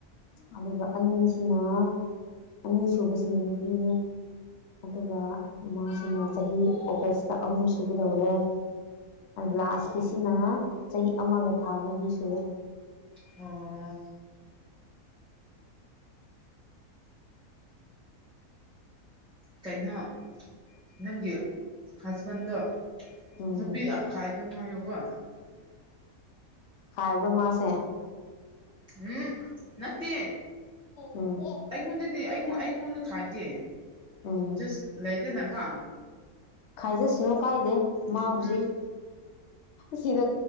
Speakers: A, on the left (about 60°); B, in the centre.
A: ꯑꯗꯨꯒ ꯑꯅꯤ ꯁꯤꯅ ꯑꯅꯤꯁꯨꯕꯁꯤꯅ ꯅꯨꯄꯤꯅꯦ ꯑꯗꯨꯒ ꯃꯥꯁꯤꯅ ꯆꯍꯤ ꯑꯣꯒꯁꯇ ꯑꯍꯨꯝ ꯁꯨꯒꯗꯧꯔꯦ
B: ꯎꯝ
A: ꯂꯥꯁꯀꯤꯁꯤꯅ ꯆꯍꯤ ꯑꯃꯒ ꯊꯥ ꯃꯔꯤ ꯁꯨꯔꯦ
B: ꯑꯣ ꯀꯩꯅꯣ ꯅꯪꯒꯤ ꯍꯖꯕꯟꯗ
A: ꯎꯝ
B: ꯅꯨꯄꯤ ꯌꯥꯝ ꯈꯥꯏꯒꯅꯨ ꯍꯥꯏꯌꯣꯀꯣ
A: ꯈꯥꯏꯕꯣꯔ ꯃꯥꯥꯁꯦ
B: ꯎꯝ ꯅꯠꯇꯦ
A: ꯎꯝ
B: ꯑꯩꯉꯣꯟꯗꯗꯤ ꯑꯩꯉ ꯑꯩꯉꯣꯟꯗ ꯈꯥꯏꯗꯦ
A: ꯎꯝ
B: ꯖꯁ ꯂꯩꯗꯅꯀꯣ
A: ꯈꯥꯏꯖꯠꯁꯅꯣ ꯀꯥꯏꯗꯦ ꯃꯥ
B: ꯎꯝ
A: ꯍꯧꯖꯤꯛ ꯁꯤꯗ